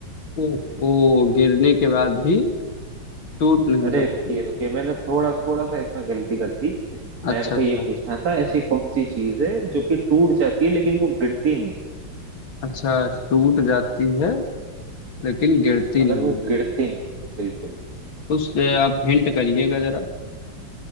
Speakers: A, on the left (about 75°); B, on the right (about 50°).
A: ओहो गिरने के बाद भी टूट नहीं
B: अरे
A: सकती
B: रुकिए रुकिए मैंने थोड़ा थोड़ा सा इसमें गलती कर दी मेरे
A: अच्छा
B: को
A: अच्छा
B: ये पूछना था ऐसी कौन सी चीज है जो कि टूट जाती है लेकिन वो गिरती नहीं है
A: अच्छा टूट जाती है लेकिन गिरती
B: मगर
A: नहीं
B: वो
A: है
B: गिरती नहीं बिल्कुल
A: उस आप हिंट करिएगा जरा